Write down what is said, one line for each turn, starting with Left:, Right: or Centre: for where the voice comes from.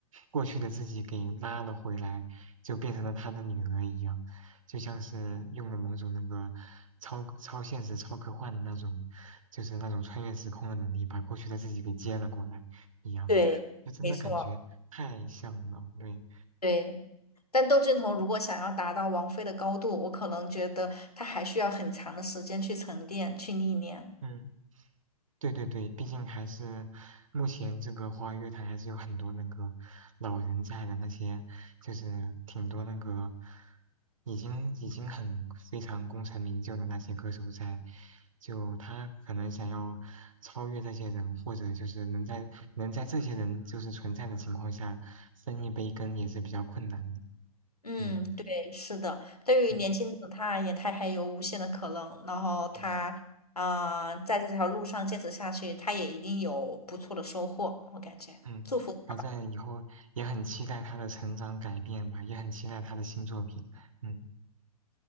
Right: 过去的自己给拉了回来，就变成了她的女儿一样，就像是用了某种那个超超现实、超科幻的那种，就是那种穿越时空的能力，把过去的自己给接了过来一样，
Left: 对，
Right: 就真的感觉太像了。
Left: 没错。
Right: 对，
Left: 对，但窦靖童如果想要达到王菲的高度，我可能觉得他还需要很长的时间去沉淀、去历练。
Right: 嗯。对对对，毕竟还是目前这个花乐坛还是有很多那个老人在的，那些就是挺多那个已经已经很非常功成名就的那些歌手在，就他可能想要超越这些人，或者就是能在能在这些人就是存在的情况下分一杯羹也是比较困难的。
Left: 嗯，
Right: 嗯
Left: 对，是的。对于年轻的他而言，
Right: 嗯
Left: 他还有无限的可能。然后他啊、
Right: 嗯
Left: 在这条路上坚持下去，他也一定有不错的收获。我感觉，
Right: 嗯，
Left: 祝福。
Right: 反正以后也很期待他的成长改变吧，也很期待他的新作品。嗯。